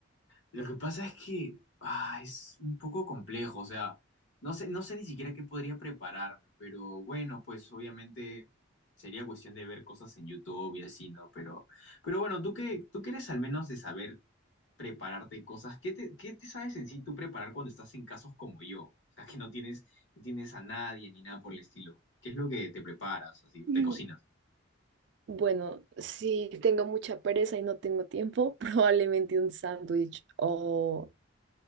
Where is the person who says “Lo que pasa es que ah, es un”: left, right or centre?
Left